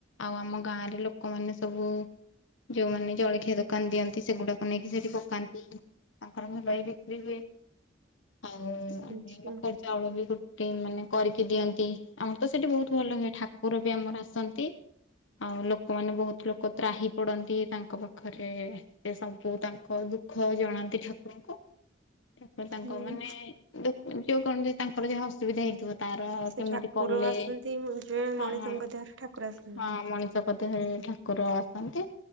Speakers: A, on the left; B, on the right.
A: ଆଉ ଆମ ଗାଁରେ ଲୋକମାନେ ସବୁ ଯୋଉମାନେ ଜଳଖିଆ ଦୋକାନ ଦିଅନ୍ତି ସେଗୁଡାକୁ ନେଇକି ସେଠି ପକାନ୍ତି। ତାଙ୍କର ଭଲାଇ ବିକ୍ରି ହୁଏ ଆଉ
B: ଆଚ୍ଛା
A: ଆମେ ମକର ଚାଉଳ ବି କି ମାନେ କରିକି ଦିଅନ୍ତି ଆମର ତ ସେଠି ବହୁତ୍ ଭଲ ହୁଏ ଠାକୁର ବି ଆମର ଆସନ୍ତି। ଆଉ ଲୋକମାନେ ବହୁତ ଲୋକ ତ୍ରାହି ପଡନ୍ତି ତାଙ୍କ ପାଖରେ। ସେ ସବୁ ତାଙ୍କ ଦୁଃଖ ଜଣାନ୍ତି ଠାକୁରଙ୍କୁ। ତାପରେ ତାଙ୍କ
B: ହୁଁ
A: ମାନେ ଦୁ ଯୋଉ କଣ ଯେ ତାଙ୍କର ଯାହା ଅସୁବିଧା ହେଇଥିବ ତାର
B: ସେ
A: କେମିତି
B: ଠାକୁର
A: କଲେ
B: ଆସନ୍ତି ଜଣେ ମଣିଷଙ୍କ
A: ହଁ ହଁ
B: ଦେହରେ ଠାକୁର ଆସନ୍ତି।
A: ମଣିଷ ମୋ ଦେହରେ ଠାକୁର ଆସନ୍ତି।